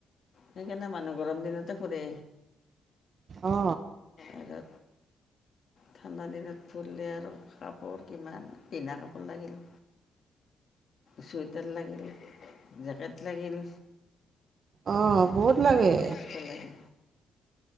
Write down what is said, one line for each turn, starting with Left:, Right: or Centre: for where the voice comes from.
Left: সেইকাৰণে মানুহ গৰম দিনতে ফুৰে।
Right: অ।
Left: আৰু ঠাণ্ডা দিনত ফুৰিলে আৰু কাপোৰ কিমান পিন্ধা কাপোৰ লাগিল। চুৱেটাৰ লাগিল জেকেট লাগিল।
Right: অঁ বহুত লাগে
Left: সমস্ত লাগে।